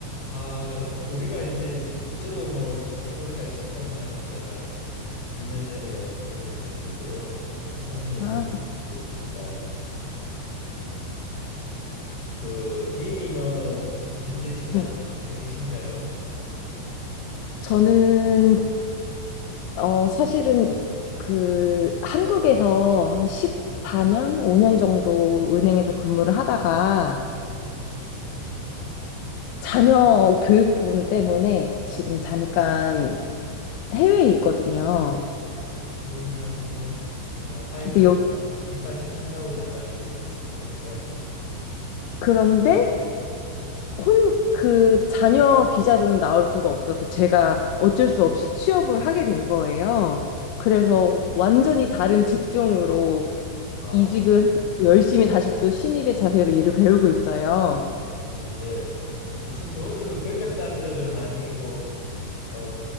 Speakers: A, on the left; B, on the left.
A: 아, 우리가 이제 저도 뭐 최근까지 직장 생활하다가 한 2년 전에 은퇴를 했었는데요. 한 35년
B: 아,
A: 일했습니다. 그 비님은 현재 직장을
B: 네.
A: 다니고 계신가요?
B: 저는 어 사실은 그 한국에서 한 14년, 5년 정도 은행에서 근무를 하다가
A: 아,
B: 자녀 교육 부분 때문에 지금 잠깐 해외에 있거든요.
A: 아, 그러면은 그냥 아이들
B: 근데 여기
A: 뒷받침한다고 나가 계시는 거네요.
B: 그런데 혼 그 자녀 비자로는 나올 수가 없어서 제가 어쩔 수 없이 취업을 하게 된 거예요. 그래서 완전히 다른 직종으로
A: 아,
B: 이직을 하고 열심히 다시 또 신입의 자세로 일을 배우고 있어요.
A: 어, 예. 우선 좋은 점은 경력 단절은 아니고 어,